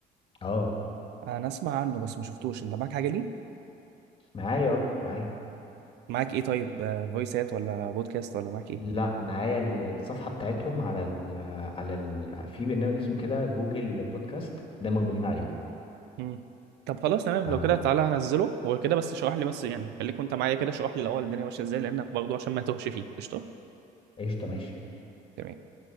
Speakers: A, on the left; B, on the right.
A: أه
B: انا اسمع عنه بس ما شفتوش انت معاك حاجه ليه
A: معايا أه معايا
B: معاك ايه طيب آه، فويسات ولا بودكاست ولا معاك ايه
A: لا معايا ال- الصفحة بتاعتهم على ال على ال في برنامج اسمه كده جوجل بودكاست ده موجودين عليه
B: مم. طب خلاص تمام
A: فقشطة
B: لو كده تعالى هنزله هو كده بس شرح لي بس يعني خليك وانت معايا كده شرح لي الاول الدنيا ماشيه ازاي لانك برضه عشان ما تهش فيه قشطه
A: ماشي
B: تمام